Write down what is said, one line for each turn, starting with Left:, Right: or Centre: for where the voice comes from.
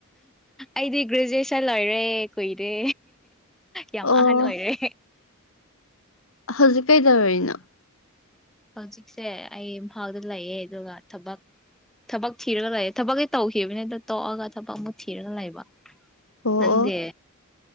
Centre: ꯑꯩꯗꯤ ꯒ꯭ꯔꯦꯖꯨꯑꯦꯁꯟ ꯂꯣꯏꯔꯦ ꯀꯨꯏꯔꯦ ꯌꯥꯝ
Left: ꯑꯣ
Centre: ꯑꯍꯟ ꯑꯣꯏꯔꯦ
Left: ꯍꯧꯖꯤꯛ ꯀꯩꯗꯧꯔꯤꯅꯣ
Centre: ꯍꯧꯖꯤꯛꯁꯦ ꯑꯩ ꯏꯝꯐꯥꯜꯗ ꯂꯩꯌꯦ ꯑꯗꯨꯒ ꯊꯕꯛ ꯊꯕꯛ ꯊꯤꯔꯒ ꯂꯩꯌꯦ ꯊꯕꯛꯀꯤ ꯇꯧꯈꯤꯕꯅꯤꯗ ꯇꯣꯛꯑꯒ ꯊꯕꯛ ꯑꯃꯨꯛ ꯊꯤꯔꯒ ꯂꯩꯕ
Left: ꯑꯣ
Centre: ꯅꯪꯗꯦ
Left: ꯑꯣ